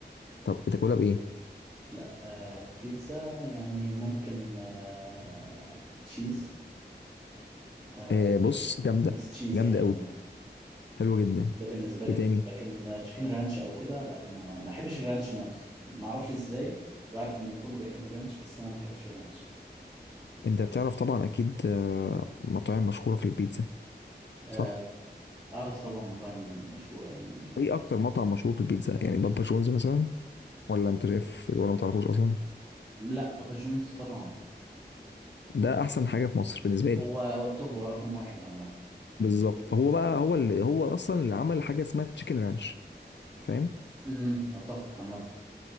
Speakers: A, on the left; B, on the right.
A: طب بتاكلها بايه
B: لا آه بيتزا يعني ممكن آه تشيز آه
A: آه بص جامده
B: ميكس تشيز
A: جامده
B: يعني
A: قوي
B: عموما
A: حلوه جدا
B: ده بالنسبه لي
A: ايه
B: التوب
A: تاني
B: لكن تشيكن رانش او كده لا ما ما احبش الرانش نفسه ما اعرفش ازاي وعارف ان كله بيحب الرانش بس انا ما بحبش الرانش
A: انت بتعرف طبعا اكيد آه، مطاعم مشهوره في البيتزا
B: آه
A: صح
B: اعرف طبعا مطاعم مشهوره يعني
A: ايه اكتر مطعم مشهور في البيتزا يعني بابا جونز مثلا ولا انت شايف ولا ما تعرفوش اصلا
B: لا بابا جونز طبعا
A: ده احسن حاجه في مصر بالنسبه لي
B: هو هو التوب هو رقم واحد عامه
A: بالظبط هو بقى هو اللي هو اصلا اللي عمل حاجه اسمها تشيكن رانش فاهم
B: امم اتفق عامه